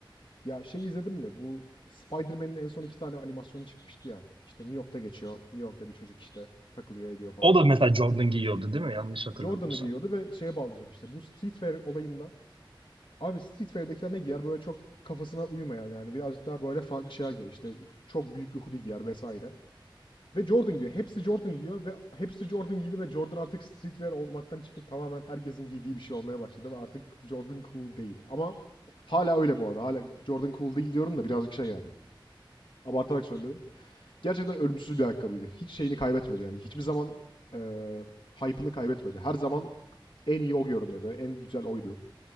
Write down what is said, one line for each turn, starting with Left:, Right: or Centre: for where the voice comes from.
Left: Ya şey izledin mi? Bu Spider-Man'in en son iki tane animasyonu çıkmıştı ya. İşte New York'ta geçiyor. New York'ta bir çocuk işte takılıyor ediyor falan.
Right: O da mesela Jordan giyiyordu değil mi? Yanlış hatırlamıyorsam.
Left: Jordan'ı giyiyordu ve şeye bağlayacağım işte. Bu streetwear olayında Abi Street Fighter'dakiler ne giyer? Böyle çok kafasına uymayan yani birazcık daha böyle farklı şeyler giyer. İşte çok büyük bir hoodie giyer vesaire. Ve Jordan giyiyor. Hepsi Jordan giyiyor ve hepsi Jordan giydi ve Jordan artık streetwear olmaktan çıkıp tamamen herkesin giydiği bir şey olmaya başladı ve artık Jordan cool değil. Ama hala öyle bu arada. Hala Jordan cool değil diyorum da birazcık şey yani. Abartarak söylüyorum. Gerçekten ölümsüz bir ayakkabıydı. Hiç şeyini kaybetmedi yani. Hiçbir zaman eee hype'ını kaybetmedi. Her zaman en iyi o görünüyordu. En güzel oydu.